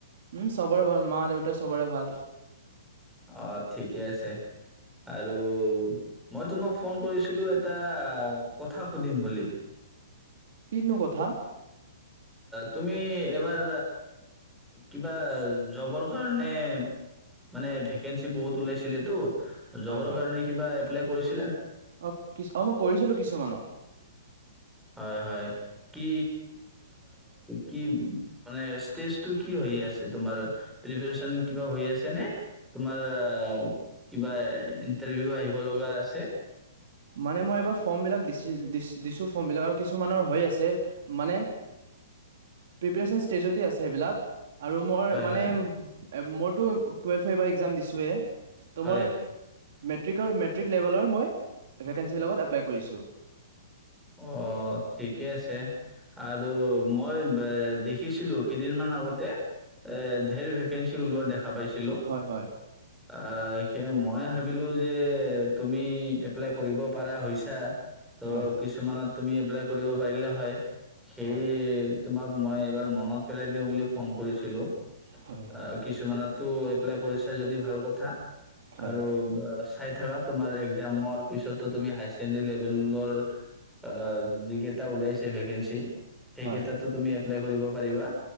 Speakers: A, on the right; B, in the centre.
A: উম চবৰে ভাল মা-দেউতা চবৰে ভাল।
B: অ ঠিকে আছে আৰু মই তোমাক ফোন কৰিছিলো এটা কথা সুধিম বুলি।
A: কিনো কথা।
B: তুমি এবাৰ কিবা জবৰ কাৰণে মানে ভেকেঞ্চি বহুত ওলাইছিলেতো। জবৰ
A: হয় হয়।
B: কাৰণে কিবা। এপ্লাই কৰিছি।
A: অ মই কৰিছিলো কিছুমানত।
B: হয় হয় কি কি মানে ষ্টেজটো কি হৈ আছে তোমাৰ প্ৰিপিয়েচন কিবা হৈ আছে নে। তোমাৰ অ। কিবা ইণ্টাৰভিউ আহিব লগা আছে।
A: মানে মই এইবাৰ ফৰ্মবিলাক দিছিল-দিছ-দিছো ফৰ্মবিলাক আৰু কিছুমানৰ হৈ আছে, মানে প্ৰিপাৰেচন ষ্টেজতে আছে এইবিলাক। আৰু মই
B: হয়,
A: মানে
B: হয়,
A: মোৰটো টোৱেলভৰ এইবাৰ এক্সাম দিছোৱে। তোমাৰ
B: হয়।
A: মেট্ৰিকৰ মেট্ৰিক লেভেলৰ মই ভেকেঞ্চি বিলাকত এপ্লাই কৰিছো।
B: অ' ঠিকেই আছে আৰু মই বেএ দেখিছিলো কেইদিনমান আগতে এ ধেৰ ভেকেঞ্চি ওলোৱা দেখ পাইছিলোঁ
A: হয় হয়
B: আহ, সেয়া মই ভাবিলোঁ যে তুমি এপ্লাই কৰিব পাৰা হৈছা ত'
A: হয়, হয়।
B: কিছুমানত তুমি এপ্লাই কৰিব পাৰিলা হয়। সেই
A: হয়
B: তোমাক মই এবাৰ মনত পেলাই দিওঁ বুলি ফোন কৰিছিলো।
A: হয় হয়
B: অ' কিছুমানত ত' এপ্লাই কৰিছা যদি ভাল কথা।
A: হয়
B: আৰু চাই থাকা তোমাৰ একজামৰ পিছতো তুমি হায়াৰ ছেকেণ্ডাৰী লেভেলৰ - অ', যিকেইটা ওলাইছে ভেকেঞ্চি -সেই
A: হয়।
B: ক্ষেত্ৰতো তুমি- -এপ্লাই কৰিব পাৰিবা।